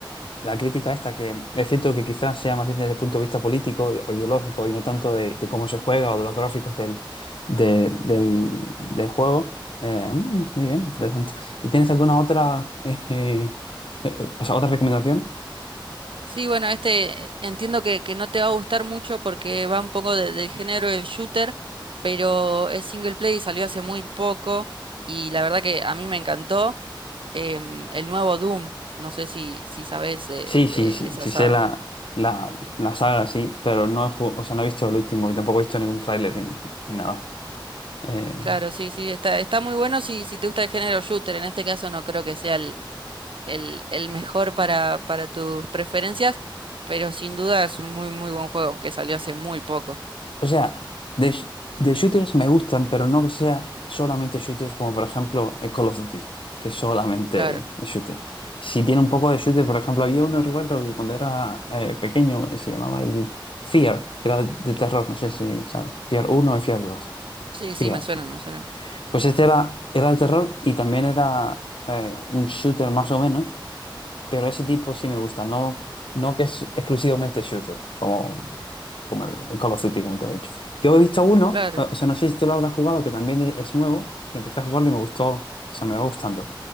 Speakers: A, on the left; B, on the right.
A: la crítica esta, que es cierto que quizás sea más bien desde el punto de vista político o ideológico y no tanto de, de cómo se juega o de los gráficos del, de- del, del juego. Eh, mm, muy bien, interesante. ¿Y tienes alguna otra, <laughs> eh, eh, o sea, otra recomendación?
B: Sí, bueno, este entiendo que, que no te va a gustar mucho porque va un poco de- del género del shooter, pero es single play y salió hace muy poco y la verdad que a mí me encantó em, el nuevo Doom, no sé si, si sabes de,
A: Sí,
B: de-
A: sí, sí,
B: de esa
A: sí
B: saga.
A: sé la, la, la saga, sí, pero no, he jug- o sea, no he visto el último y tampoco he visto ningún tráiler ni, ni nada. Eh,
B: Claro, sí, sí, está, está muy bueno si, si te gusta el género shooter, en este caso no creo que sea el, el, el mejor para, para tus preferencias, pero sin duda es un muy, muy buen juego que salió hace muy poco.
A: O sea, de, sh- de shooters me gustan, pero no que sea solamente shooters como por ejemplo eh, Call of Duty, que es solamente
B: Claro,
A: shooter. Si tiene un poco de shooter, por ejemplo, había uno, recuerdo, que cuando era eh, pequeño eh, se llamaba el Fear, que era de terror, no sé si sabes, Fear uno y Fear dos.
B: sí, sí,
A: Fear.
B: me suenan, me suenan.
A: Pues este era, era de terror y también era eh, un shooter más o menos, pero ese tipo sí me gusta, no, no que es exclusivamente shooter, como, como el Call of Duty, como te he dicho. Yo he visto uno,
B: Claro.
A: o sea, no sé si tú lo habrás jugado, que también e- es nuevo, que empecé a jugarlo y me gustó, o sea, me va gustando.